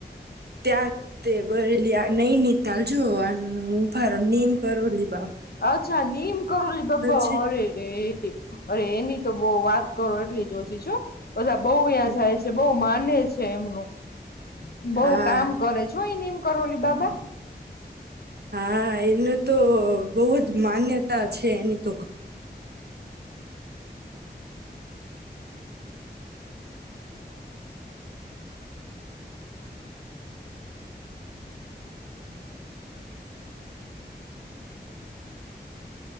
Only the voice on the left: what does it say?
અછા નિમ કરરોલી બબા
ઓરે ર અરે એની તો બહ વાત કરો એટલી જ ઓછી છું બધા બહુ ્યાં જાય છે બહુ માને છે એમનું બઉ
કામ કરે છો અ નિમ કરોલી બાબા